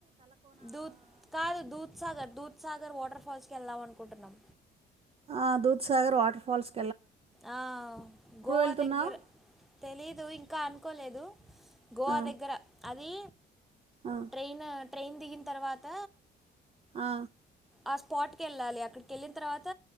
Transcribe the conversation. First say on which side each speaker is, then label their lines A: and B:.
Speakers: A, in the centre; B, on the right.
A: దూత్ కాదు దుత్సాగర్ దూత్సాగర్ వాటర్ఫాల్స్కి వెళ్దాం అనుకుంటున్నాం
B: ఆ దూత్సాగర్ వాటర్ఫాల్స్
A: ఆ గోవా
B: వెళ్తున్నావు
A: దగ్గర తెలీదు ఇంకా అన్ కోలేదు గోవా
B: ఆ
A: దగ్గర అది
B: ఆ
A: ట్రైను ట్రైన్ దిగిన్తర్వాత
B: ఆ
A: ఆ స్పాట్కేళ్ళాలి అక్కడికి వెళ్ళిన తర్వాత